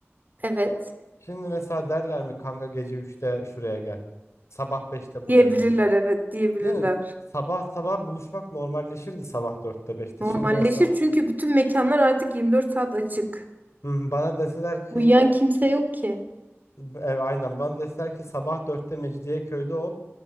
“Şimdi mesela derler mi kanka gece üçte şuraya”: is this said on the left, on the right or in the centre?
Left